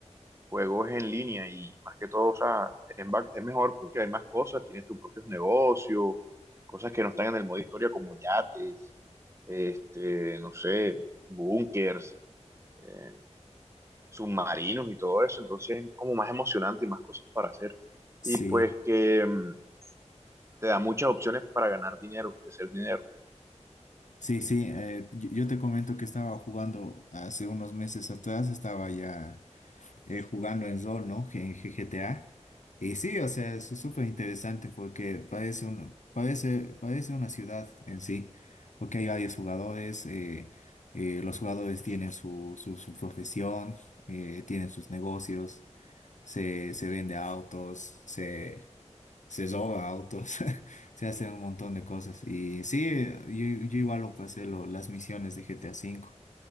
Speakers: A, on the right; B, on the left.
A: juegos en línea y más que todo, o sea, en back- es mejor porque hay más cosas, tienes tus propios negocios, cosas que no están en el modo historia como yates, este, no sé, búnkers, eh, submarinos y todo eso, entonces es como más emocionante y más cosas para hacer.
B: Sí,
A: Y pues que mm, te da muchas opciones para ganar dinero, hacer dinero.
B: sí, sí. eh, yo, yo te comento que estaba jugando hace unos meses atrás, estaba ya. eh, jugando en rol, ¿no? G- G- GTA. Y sí, o sea, es súper interesante porque parece, un, parece, parece una ciudad en sí, porque hay varios jugadores, eh, eh, los jugadores tienen su, su, su profesión, eh, tienen sus negocios, se, se vende autos, se, se roba autos, <laughs> se hacen un montón de cosas. Y sí, yo, yo igual lo pasé lo- las misiones de GTA